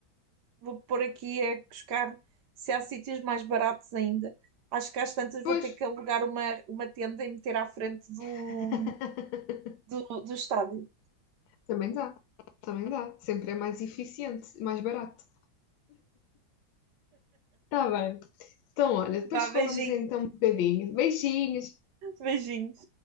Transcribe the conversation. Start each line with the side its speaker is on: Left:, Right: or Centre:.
Right: Vou pôr aqui a buscar se há sítios mais baratos ainda. Acho que às tantas
Left: Pois,
Right: vou ter que alugar uma, uma tenda e meter à frente do,
Left: <laughs>
Right: do, do estádio.
Left: também dá, também dá. Sempre é mais eficiente, mais barato. Está bem. Então, olha, depois
Right: Vá, beijinho.
Left: falamos então um bocadinho. Beijinhos.
Right: Beijinhos.